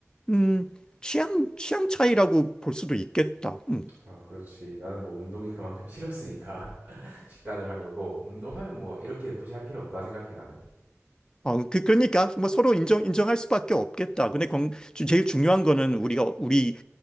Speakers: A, on the left; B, on the right.
A: 음, 취향, 취향 차이라고 볼 수도 있겠다. 음.
B: 어, 그렇지. 나는 뭐 운동이 그만큼 싫었으니까 <laughs> 식단을 한 거고 운동하면 뭐 이렇게 굳이 할 필요 없다 생각해 나는.
A: 어, 그, 그러니까 뭐 서로 인정, 인정할 수밖에 없겠다. 근데 건, 주- 제일 중요한 거는 우리가 우리